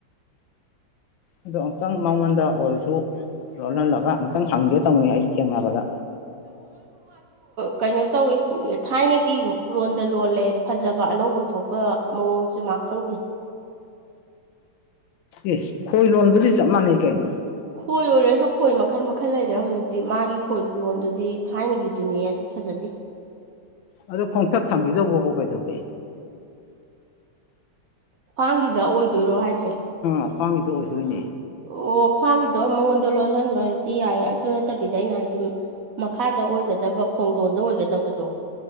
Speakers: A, on the left; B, on the right.
A: ꯑꯣ ꯑꯃꯨꯛꯇꯪ ꯃꯉꯣꯟꯗ ꯑꯣꯏꯔꯁꯨ ꯂꯣꯍꯜꯂꯒ ꯑꯃꯨꯛꯇꯪ ꯍꯪꯒꯦ ꯇꯧꯅꯤ ꯑꯩꯁꯦ ꯊꯦꯡꯅꯕꯗ
B: ꯀꯩꯅ ꯇꯧꯋꯦ ꯊꯥꯏꯅꯒꯤ ꯑꯃꯨ ꯈꯨꯔꯣꯟꯗ ꯂꯣꯜꯂꯦ ꯐꯖꯕꯥ ꯑꯅꯧꯕ ꯊꯣꯛꯄ ꯃꯑꯣꯡꯁꯦ ꯃꯥ ꯈꯪꯗꯦ
A: ꯑꯦ ꯈꯣꯏ ꯂꯣꯟꯕꯗꯤ ꯆꯞ ꯃꯥꯟꯅꯩ ꯀꯩꯅꯣ
B: ꯈꯣꯏ ꯑꯣꯏꯔꯁꯨ ꯈꯣꯏ ꯃꯈꯜ ꯃꯈꯜ ꯂꯩꯔꯦ ꯍꯧꯖꯤꯛꯇꯤ ꯃꯥꯒꯤ ꯈꯣꯏ ꯈꯨꯣꯟꯗꯨꯗꯤ ꯊꯥꯏꯅꯒꯤꯗꯨꯨꯅꯤꯌꯦ ꯑꯗꯨ ꯐꯖꯗꯦ
A: ꯑꯗꯣ ꯈꯣꯡꯊꯛ ꯊꯝꯈꯤꯗꯧꯕꯕꯨ ꯀꯩꯗꯧꯒꯦ
B: ꯈ꯭ꯋꯥꯡꯒꯤꯗ ꯑꯣꯏꯗꯣꯏꯔꯣ ꯍꯥꯏ
A: ꯑ ꯈ꯭ꯋꯥꯡꯒꯤꯗꯣ ꯑꯣꯏꯗꯣꯏꯅꯦ
B: ꯑꯣ ꯈ꯭ꯋꯥꯡꯒꯤꯗꯣ ꯃꯉꯣꯟꯗ ꯂꯣꯟꯍꯟꯕ ꯍꯥꯏꯗꯤ ꯌꯥꯏꯌꯦ ꯑꯗꯨ ꯅꯠꯇꯕꯤꯗ ꯑꯩꯅ ꯍꯥꯏꯗꯤ ꯃꯈꯥꯗ ꯑꯣꯏꯒꯗꯕ ꯈꯣꯡꯗꯣꯟꯗ ꯑꯣꯏꯒꯗꯕꯗꯣ